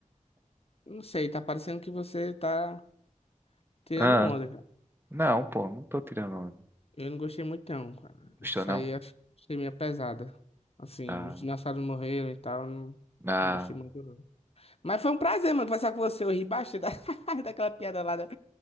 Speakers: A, on the left (about 45°); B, on the right (about 15°).
A: Não sei, tá parecendo que você tá tirando
B: Ah,
A: onda,
B: não, pô, não tô tirando.
A: Eu não gostei muito não, cara.
B: Gostou,
A: Isso
B: não?
A: aí acho que achei meio pesada. Assim,
B: Ah,
A: os dinossauros morreram e tal, não,
B: ah,
A: não gostei muito não. Mas foi um prazer, mano, conversar com você. Eu ri bastante da- <laughs> daquela piada lá da-